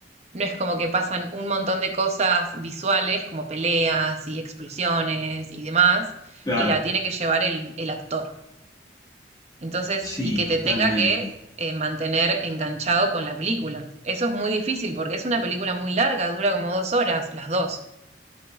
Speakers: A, on the right; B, on the left.
A: no es como que pasan un montón de cosas visuales como peleas y explosiones y demás,
B: Claro.
A: y la tiene que llevar el, el actor. Entonces,
B: Sí,
A: y que
B: totalmente.
A: te tenga que eh, mantener enganchado con la película. Eso es muy difícil porque es una película muy larga, dura como dos horas, las dos.